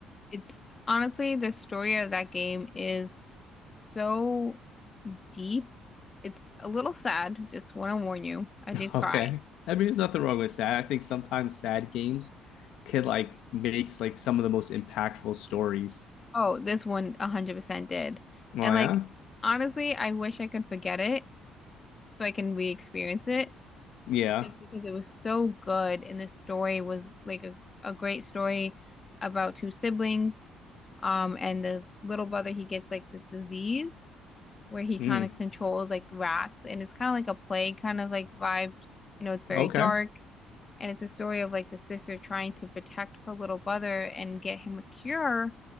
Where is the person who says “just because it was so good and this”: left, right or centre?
Left